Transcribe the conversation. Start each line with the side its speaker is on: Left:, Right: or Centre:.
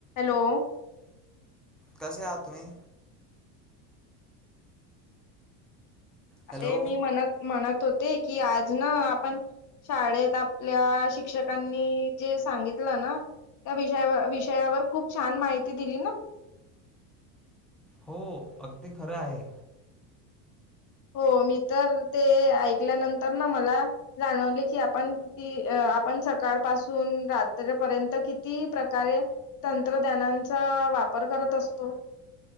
Left: Hello
Centre: कसे आहात तुम्ही
Left: अरे
Centre: हॅलो
Left: मी म्हणत म्हणत होते की आज ना पण शाळेत आपल्या शिक्षकांनी जे सांगितलं ना त्या विषयावर विषयावर खूप छान माहिती दिली ना.
Centre: हो अगदी खरं आहे
Left: हो मी तर ते ऐकल्यानंतर ना मला जाणवले कि आपण अ आपण सकाळ पासून रात्रीपर्यंत किती प्रकारे तंत्रज्ञानाचा वापर करत असतो